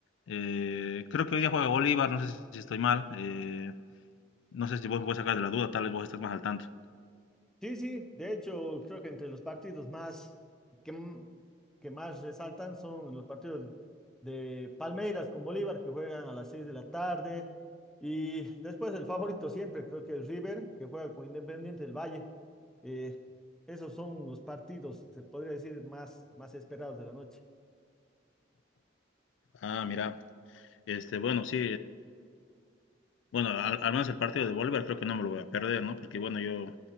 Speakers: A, on the left; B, in the centre.
A: Eh, creo que hoy día juega Bolívar, no sé si estoy mal, eh, no sé si vos me puedes sacar de la duda, tal vez vos estés más al tanto.
B: Sí, sí, de hecho creo que entre los partidos más que, m- que más resaltan son los partidos de Palmeiras con Bolívar que juegan a las 6 de la tarde y después el favorito siempre creo que es River que juega con Independiente del Valle. Eh, esos son los partidos, se podría decir, más, más esperados de la noche.
A: Ah, mira, este, bueno, sí, Bueno, al, al menos el partido de Bolívar creo que no me lo voy a perder, ¿no? Porque bueno, yo,